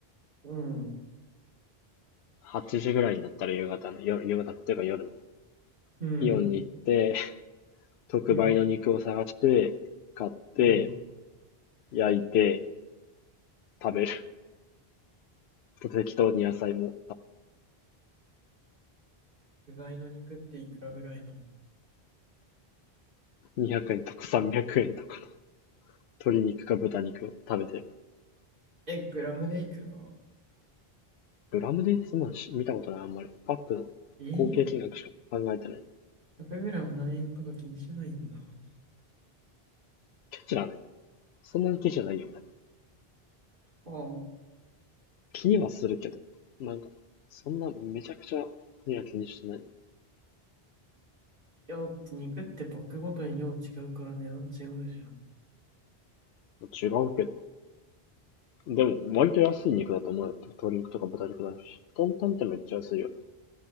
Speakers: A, on the right; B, on the left.
A: うん。
B: 8時ぐらいになったら夕方の、夜、夕方っていうか夜の、
A: うん、
B: イオンに行って、<laughs> 特売の肉を探して、
A: うん、
B: 買って、
A: うん。
B: 焼いて、食べる。<laughs> と適当に野菜も、
A: 具材の肉っていくらぐらいなの
B: 200円とか300円とか、鶏肉か豚肉を食べてる。
A: え、グラムでいくら
B: グラムでそんなのし見たことない、あんまり。パックの合計金額しか考えてない。
A: えー、100グラム何円とか気にしないんだ。あ
B: ケチだね。そんなにケチじゃないよ、俺。
A: あ。
B: 気にはするけど。なんか、そんなめちゃくちゃには気にしてない。
A: いや、だって肉ってパックごとに量違うから値段違うじゃん。
B: 違うけど。でも、割と安い肉だと思うよ。鶏肉とか豚肉だし。トンタンってめっちゃ安いよね。